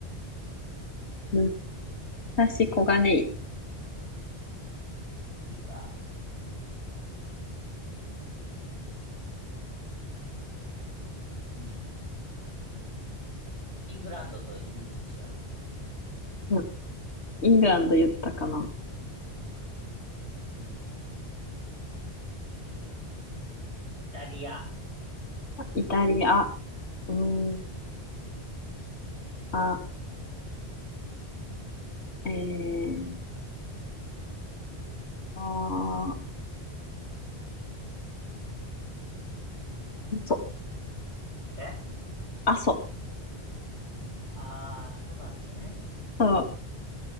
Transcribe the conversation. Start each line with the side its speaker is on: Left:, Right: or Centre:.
Left: むさし小金井。
Right: いいか。いい。イングランドとイギリス一緒やもんな。
Left: うん。イングランド言ったかな。
Right: いい、いい、いい、いい、いい、イタリア。
Left: イタリア。うん、あ、えー、あー、そう、
Right: え
Left: あ、そ
Right: ああー、そうだね。
Left: う、そう、